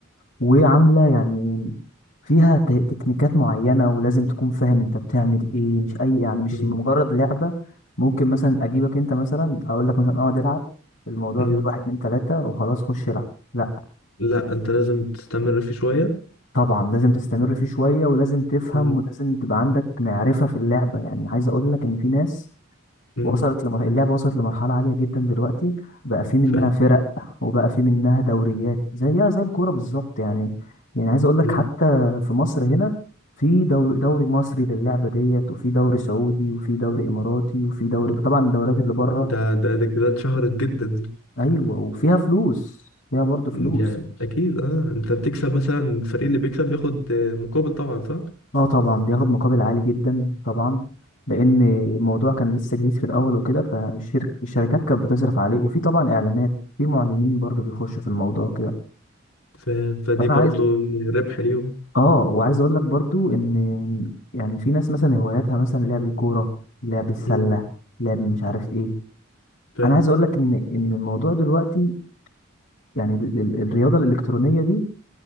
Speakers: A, on the left; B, on the left.
A: وعاملة يعني فيها ت- تكنيكات معينة ولازم تكون فاهم انت بتعمل ايه مش اي يعني مش
B: مم.
A: مجرد لعبة ممكن مثلا اجيبك انت مثلا اقول لك مثلا اقعد العب الموضوع
B: مم.
A: بيقول واحد اتنين تلاتة وخلاص خش العب لا
B: لا انت لازم تستمر فيه شوية
A: طبعا لازم تستمر فيه شوية ولازم تفهم
B: مم.
A: ولازم تبقى عندك معرفة في اللعبة يعني عايز اقول لك ان في ناس
B: مم.
A: وصلت لمر... اللعبة وصلت لمرحلة عالية جدا دلوقتي بقى في منها
B: ف
A: فرق وبقى في منها دوريات زيها زي الكورة بالظبط يعني يعني عايز اقول لك
B: مم.
A: حتى في مصر هنا في دور... دوري مصري للعبة ديت وفي دوري سعودي وفي دوري اماراتي وفي دوري طبعا الدوريات اللي بره
B: ده ده ده كده اتشهرت جدا دي
A: ايوه وفيها فلوس فيها برضه فلوس
B: يعني اكيد اه انت بتكسب مثلا الفريق اللي بيكسب بياخد آه، مقابل طبعا صح
A: اه طبعا بياخد مقابل عالي جدا طبعا لان الموضوع كان لسه جديد في الاول وكده فالشركات
B: مم.
A: كانت بتصرف عليه وفي طبعا اعلانات في معلنين برضه بيخشوا في الموضوع كده
B: ف... فدي
A: انا
B: برضو
A: عايز
B: ربح ليهم
A: اه وعايز اقول لك برضو ان يعني في ناس مثلا هواياتها مثلا لعب الكوره لعب السله
B: مم.
A: لعب مش عارف ايه
B: ف
A: انا عايز اقول لك ان ان الموضوع دلوقتي يعني ال- ال- الرياضه الالكترونيه دي